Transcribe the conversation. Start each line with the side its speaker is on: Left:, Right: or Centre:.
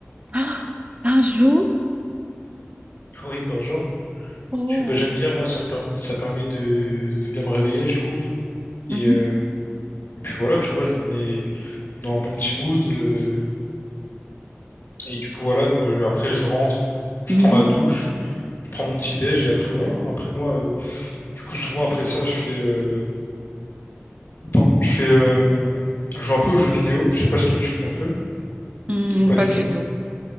Right: Ah, par jour?
Left: <laughs> oui, par jour.
Right: Oh.
Left: Parce que, bah, j'aime bien, moi, ça me permet, ça permet de, de bien me réveiller, je trouve.
Right: Mhm,
Left: Et, euh, et puis voilà, tu vois, je me mets dans un bon petit mood. euh, et du coup, voilà, donc euh, après, je rentre, je
Right: mhm.
Left: prends ma douche, je prends mon petit déj, et après, voilà. hein. Après, moi, euh, du coup, souvent, après ça, je fais... euh, pardon, je fais... euh, je joue un peu aux jeux vidéo. Je sais pas si toi, tu joues un peu
Right: Hmm,
Left: ou pas
Right: pas
Left: du
Right: du
Left: tout.
Right: tout.